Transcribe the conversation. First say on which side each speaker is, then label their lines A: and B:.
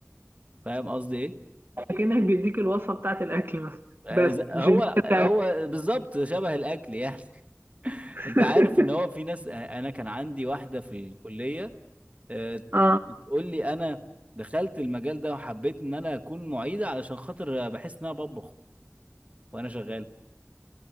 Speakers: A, on the right; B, on the right.
A: فاهم قصدي إيه؟
B: كأنك بيديك الوصفه بتاعت الاكل مثلا
A: آه،
B: بس
A: ز- هو
B: مش انت بتاع-
A: هو بالظبط شبه الأكل يعني <laughs>
B: <laughs>
A: أنت عارف إن هو في ناس آه، أنا كان عندي واحدة في الكلية آه،
B: اه
A: بتقول لي أنا دخلت المجال ده وحبيت إن أنا أكون معيدة علشان خاطر بحس إن أنا بطبخ وأنا شغال